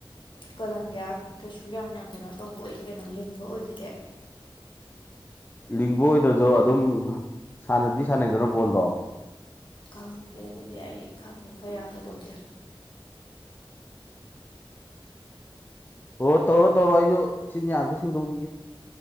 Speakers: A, on the left; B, on the left.
A: ꯀꯂꯝꯕꯤꯌꯥ ꯀꯩꯁꯨ ꯌꯥꯝꯅ ꯀꯩꯅꯣ ꯇꯧꯕ ꯑꯣꯏꯗꯦ ꯀꯩꯅꯣ ꯂꯤꯡꯕ ꯑꯣꯏꯈꯤꯗꯦ
B: ꯂꯤꯡꯕ ꯑꯣꯏꯗ꯭ꯔꯁꯨ ꯑꯗꯨꯝ ꯁꯥꯟꯅꯗꯤ ꯁꯥꯟꯅꯩꯗꯅ ꯕꯣꯜꯗꯣ
A: ꯈꯪꯗꯦ ꯑꯗꯨꯗꯤ ꯑꯩ ꯈꯪꯗꯦ ꯈꯌꯥ ꯀꯩꯗꯧꯗꯦ
B: ꯍꯣꯏ ꯇꯧꯔꯣ ꯇꯧꯔꯣ ꯑꯩꯁꯨ ꯆꯤꯟꯌꯥ ꯑꯝꯇ ꯁꯦꯡꯗꯣꯛꯎꯒꯤꯒꯦ